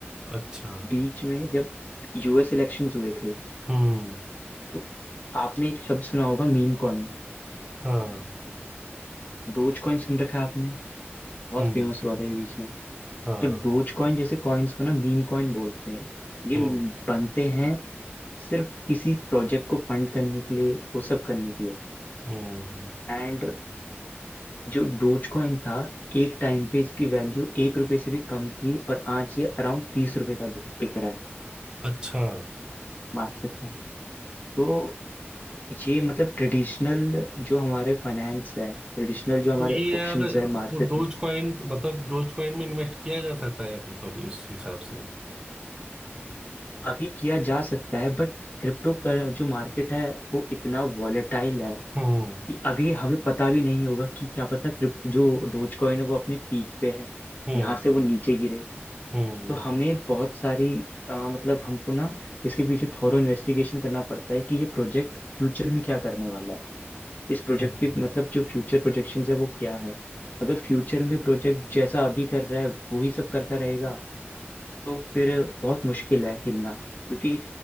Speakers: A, on the right; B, on the left.
A: अच्छा
B: बीच में जब यूएस इलेक्शंस हुए थे
A: हम्म
B: तो आपने एक शब्द सुना होगा मीम कॉइन
A: हाँ
B: डोज कॉइन सुन रखा है आपने बहुत
A: हम्म
B: फेमस हुआ था ये बीच में
A: हाँ
B: तो डोज कॉइन जैसे कॉइन्स को ना मीम कॉइन बोलते हैं ये
A: ओ
B: बनते हैं सिर्फ किसी प्रोजेक्ट को फंड करने के लिए वो सब करने के लिए
A: हम्म
B: एंड जो डोज कॉइन था एक टाइम पे इसकी वैल्यू एक रुपए से भी कम थी और आज ये अराउंड तीस रुपए का बिक रहा है
A: अच्छा
B: मार्केट में तो ये मतलब ट्रेडिशनल जो हमारे फाइनेंस है ट्रेडिशनल जो हमारे
A: तो ये
B: ऑप्शंस
A: यार
B: है मार्केट
A: तो डोज
B: में
A: कॉइन मतलब डोज कॉइन में इन्वेस्ट किया जा सकता है अभी तो अभी इस हिसाब से
B: अभी किया जा सकता है बट क्रिप्टो कर जो मार्केट है वो इतना वॉलेटाइल है
A: हम्म
B: कि अभी हमें पता भी नहीं होगा कि क्या पता क्रिप्ट जो डोज कॉइन है वो अपने पीक पे है
A: हम्म
B: यहाँ से वो नीचे गिरे
A: हम्म
B: तो हमें बहुत सारी अ, मतलब हमको ना इसके पीछे थॉरो इन्वेस्टिगेशन करना पड़ता है कि ये प्रोजेक्ट फ्यूचर में क्या करने वाला है इस प्रोजेक्ट
A: हम्म
B: के मतलब जो फ्यूचर प्रोजेक्शंस है वो क्या है अगर फ्यूचर में प्रोजेक्ट जैसा अभी कर रहा है वही सब करता रहेगा तो फिर बहुत मुश्किल है हिलना क्योंकि